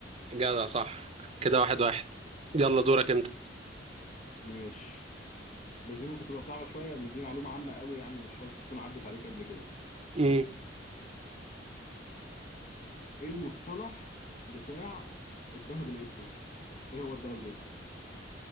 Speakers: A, on the right (about 35°); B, on the left (about 40°).
A: جدع صح كده واحد واحد يلا دورك انت
B: ماشي بس دي ممكن تبقى صعبة شوية لأن دي معلومة عامة قوي يعني مش شرط تكون عدت عليك قبل كده
A: امم
B: إيه المصطلح بتاع الذهب الأسود؟ إيه هو الذهب الأسود؟